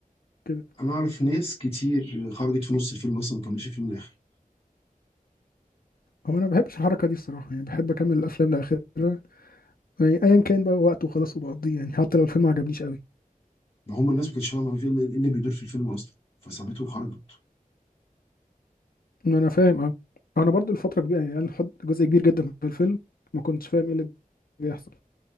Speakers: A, on the left; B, on the left.
A: كده
B: انا اعرف ناس كتير خرجت في نص الفيلم اصلا ما كملتش الفيلم للاخر
A: هو انا ما بحبش الحركه دي الصراحه يعني بحب اكمل الافلام لاخرها يعني ايا كان بقى وقته وخلاص وبقضيه يعني حتى لو الفيلم ما عجبنيش قوي
B: ما هم الناس ما كانتش فاهمه إيه اللي بيدور في الفيلم اصلا فسابته وخرجت
A: انا فاهم اه انا برضو الفتره كبيره يعني انا حط جزء كبير جدا في الفيلم ما كنتش فاهم ايه اللي بيحصل